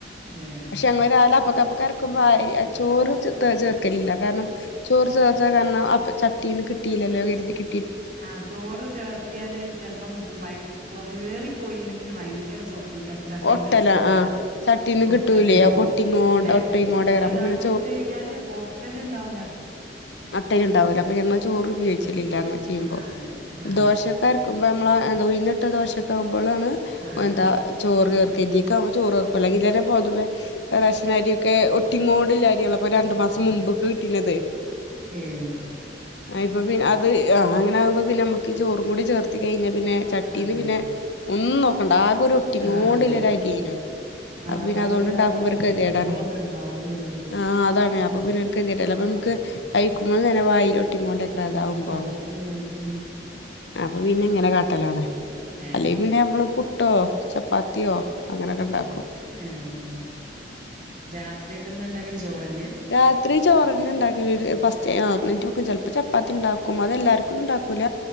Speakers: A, on the right; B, on the left.
A: ഏഹ്
B: പക്ഷെ അങ്ങള് രാവിലെ അപ്പൊക്കെപ്പക്കര്ക്കുമ്പോ ചോറ് ച ചേർക്കലില്ല കാരണം ചോറ് ചേർച്ച കാരണം അപ് ചട്ടീന്ന് കിട്ടില്ലല്ലോ കരുതി. കി
A: ആഹ് ചോറ് ചേർത്തിയാല് ചൽപ്പം ഭയ്ങ്കര കൊ ഏറി പോയിണ്ടെങ്കിൽ ഭയങ്കര സോഫ് റ്റേക്യു. അപ്പ ചട്ടീന്ന്
B: ഒട്ടല
A: എട്ക്കാൻ പ്രയാസ്
B: ആഹ് ചട്ടീന്ന്
A: ഒട്ടൽ
B: കിട്ടൂലേ
A: ണ്ടാവും.
B: അപ്പൊ ഒട്ടിങ്ങോണ്ട്
A: <unintelligible>
B: ഒട്ടയിങ്ങോണ്ടേക്കാരം
A: ചോറ്
B: അപ്പൊ
A: ഇടാണ്ട്
B: പിന്നെ
A: ഇട്ട് കഴിഞ്ഞാല് ഒട്ടൽ ണ്ടാവൂല.
B: ഒട്ടല് ണ്ടാവൂല അപ്പ ഞങ്ങൾ ചോറ് ഉപയോഗിച്ചലില്ല അങ്ങനെ ചെയ്യുമ്പോ.
A: ആഹ് അതെ ആഹ്
B: ദോശക്കര് ക്കുമ്പ നമ്മള് എന്താ ഉഴ്ന്നിട്ട ദോശൊക്കെ ആവുമ്പളാണ്
A: ആഹ്
B: എന്താ ചോറ് ചേർക്ക ഇതീക്കാവുമ്പം ചോറ് ചേർ ക്കൂല. ഇരരെ പോതുവേ റേഷനര്യൊക്കെ ഒട്ടിങ്ങോണ്ട്ല്ലെ അര്യാല്ലോ ഇപ്പൊ രണ്ടു മാസം മുമ്പൊക്കെ കിട്ടീനത്.
A: ഏൻ
B: ആഹ് ഇപ്പൊ പിൻ അത് ആഹ് അങ്ങെനാവുമ്പോ പിന്നെ നമ്മക്ക് ചോറും കൂടി ചേർത്തി കഴിഞ്ഞാ പിന്നെ ചട്ടീന്ന്
A: അതെ
B: പിന്നെ
A: അതെ
B: ഒന്നും നോക്കണ്ട ആകെ ഒരു ഒ ട്ടിങ്ങോണ്ട്ല്ലെ
A: ആഹ് അതെ ആഹ്
B: ഒരു അരിയേനു. അപ്പ
A: അത്
B: പിന്നെ
A: ഭയങ്കര
B: അതോണ്ട് ഇണ്ടാക്കുമ്പോ
A: അപ്പൊ
B: ഒരു
A: ഒട്ടി
B: കെത്യേടാണ്.
A: പിടിച്ചോണ്ട്ണ്ടാവും ഉം
B: ആഹ് അതാണ് അപ്പൊ പിന്നെ ഒര് കെത്യേടല്ലെ അപ്പം നമ്ക്ക് കഴിക്കുമ്പള് തന്നെ വായിലോ ട്ടിങ്ങോണ്ടേക്കതാവുമ്പം.
A: അതെ ഉം ഉം
B: അപ്പൊ പിന്നെ ഇങ്ങനെ കാട്ടലാണ്.
A: ഏഹ്
B: അല്ലെ പിന്നെ നമ്മള് പുട്ടോ ചപ്പാത്തിയോ അങ്ങനൊക്കെ ഉണ്ടാക്കും
A: ഏഹ് എആഹ് രാത്രി ഒക്കെ എന്തണ്ടാക്കല്, ചോറന്ന്യാ?
B: രാത്രി ചോറന്നെ ണ്ടാക്കലൊര് ഫസ്റ്റേ ആഹ് എന്നിറ്റോക്കും ചെൽപ്പ ചപ്പാത്തിണ്ടാക്കും. അതെല്ലാർക്കൊന്നും ഉണ്ടാ കുല